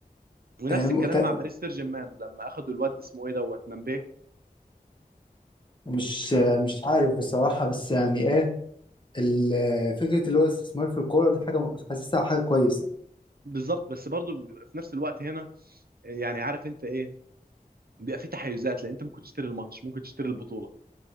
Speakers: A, on the right; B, on the left.
A: ونفس
B: آه م-
A: الكلام
B: تق-
A: مع باريس سان جيرمان لما اخدوا الواد اسمه ايه دوت ممبي
B: مش آه مش عارف بصراحة بس يعني ايه ال- آه، فكرة اللي هو الاستثمار في الكورة دي حاجة م- حاسسها حاجة كويسة
A: بالظبط بس برضو في نفس الوقت هنا يعني عارف انت ايه بيبقى في تحيزات لان انت ممكن تشتري الماتش ممكن تشتري البطوله